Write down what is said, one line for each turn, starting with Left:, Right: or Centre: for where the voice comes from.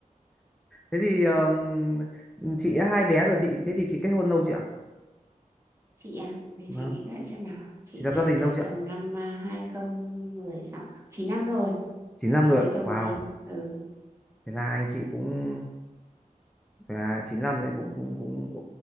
Centre: Thế thì ờm, chị đã hai bé rồi chị thế thì chị kết hôn lâu chị ạ?
Right: chị à để
Centre: Vâng.
Right: chị nghĩ lại xem nào chị
Centre: Chị lập gia đình
Right: à, lấy
Centre: lâu chị
Right: chồng
Centre: ạ?
Right: năm à, hai không một sáu 9 năm rồi
Centre: 9 năm
Right: chị
Centre: rồi
Right: lấy
Centre: ạ.
Right: chồng
Centre: Wow.
Right: 9 ừ.
Centre: Thế là anh chị cũng Thế à, 95 đấy cũng cũng cũng cũng